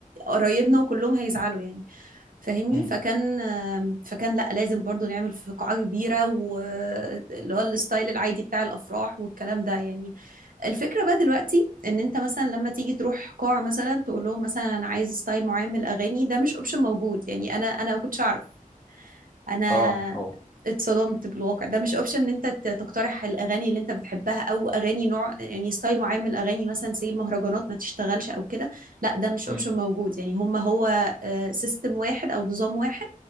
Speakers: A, on the right (about 75°); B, in the centre.
A: قرايبنا وكلهم هيزعلوا يعني فاهمني
B: مم.
A: فكان فكان لا لازم برضو نعمل في قاعة كبيرة واللي هو الستايل العادي بتاع الأفراح والكلام ده يعني الفكرة بقى دلوقتي ان انت مثلا لما تيجي تروح قاعة مثلا تقول لهم مثلا انا عايز ستايل معين من الأغاني ده مش اوبشن موجود يعني انا انا ما كنتش اعرف انا
B: اه هو
A: اتصدمت بالواقع ده مش اوبشن ان انت ت- تقترح الاغاني اللي انت بتحبها او اغاني نوع يعني ستايل معين من الاغاني مثلا زي المهرجانات ما تشتغلش او كده لا ده مش
B: مم.
A: اوبشن موجود يعني هما هو سيستم واحد او نظام واحد